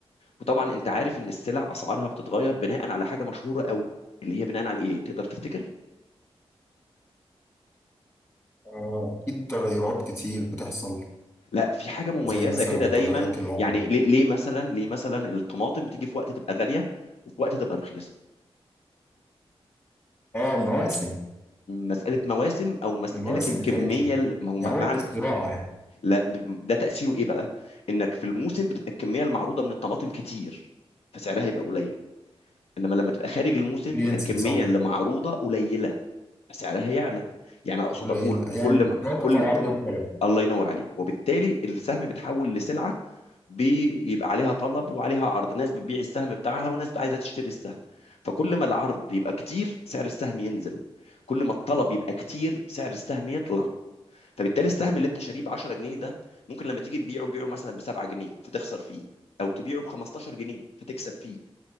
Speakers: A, on the left; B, on the left.
A: وطبعا انت عارف ان السلع اسعارها بتتغير بناء على حاجه مشهوره قوي اللي هي بناء على ايه تقدر تفتكر
B: آه، اكيد تغيرات كتير بتحصل
A: لا في حاجه مميزه
B: زي مثلا
A: كده دايما
B: تغيرات العمله
A: يعني ليه ليه مثلا ليه مثلا الطماطم بتيجي في وقت تبقى غاليه وفي وقت تبقى رخيصه
B: اه مواسم
A: مسألة مواسم أو مسألة
B: المواسم
A: الكمية
B: بتاعتها
A: ال- ما هو
B: يعني وقت
A: معنى
B: الزراعة يعني
A: لا ده تأثيره ايه بقى انك في الموسم بتبقى الكمية المعروضة من الطماطم كتير فسعرها يبقى قليل انما لما تبقى خارج الموسم
B: بينزل
A: بيبقى الكمية
B: صح
A: اللي معروضة قليلة فسعرها يعلى يعني اقصد
B: قليل
A: اقول
B: يعني
A: كل
B: بيتوقف
A: ما كل
B: على العرض والطلب
A: الله ينور عليك وبالتالي السهم بيتحول لسلعة بيبقى عليها طلب وعليها عرض ناس بتبيع السهم بتاعها وناس عايزة تشتري السهم فكل ما العرض يبقى كتير سعر السهم ينزل كل ما الطلب يبقى كتير سعر السهم يطلع فبالتالي السهم اللي انت شاريه ب 10 جنيه ده ممكن لما تيجي تبيعه تبيعه مثلا ب 7 جنيه فتخسر فيه او تبيعه ب 15 جنيه فتكسب فيه